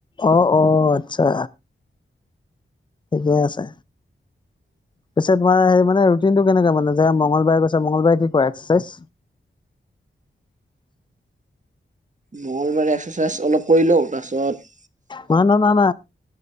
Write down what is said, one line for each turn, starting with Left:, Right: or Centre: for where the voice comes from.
Left: অ অ আচ্ছা ঠিকেই আছে পিছে তোমাৰ হেৰি মানে ৰুটিনটো কেনেকুৱা মানে যে মংগলবাৰে গৈছা মংগলবাৰে কি কৰা এক্সেচাইজ <unintelligible>
Right: মঙলবাৰে এক্সাচাইজ অলপ কৰি লও তাপিছত
Left: না না ন ন